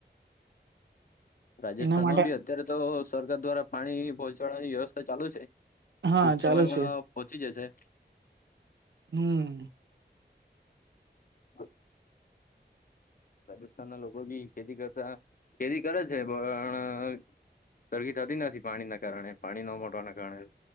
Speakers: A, on the left; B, on the right.
A: રાજસ્થાનમાં
B: એના માટે
A: બી અત્યારે તો સરકાર દ્વારા પાણી પહોંચાડવાની વ્યવસ્થા ચાલુ છે. ટૂંક
B: હા ચાલુ
A: સમયમાં
B: છે
A: પહોંચી જશે-
B: હમ
A: હ <unintelligible> રાજસ્થાન ના લોકો બી ખેતી કરતા ખેતી કરે છે. પણ- સરરગી થતી નથી પાણીના કારણે પાણી ન મળટવાના કારણે-